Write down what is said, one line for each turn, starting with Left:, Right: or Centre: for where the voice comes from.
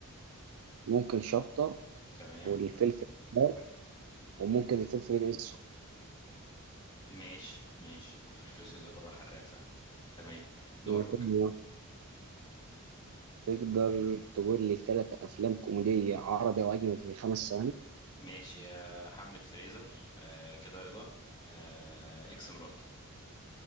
Right: ممكن شطة
Left: تمام
Right: والفلفل الأحمر وممكن الفلفل الأسود
Left: ماشي ماشي في الفلوس دي يعتبر حراق فعلا تمام دورك
Right: وممكن تقدر تقول لي ثلاث أفلام كوميدية عربي أو أجنبي في خمس ثواني
Left: ماشي آه، حملة فريزر آه، كده رضا آه، اكس مراتي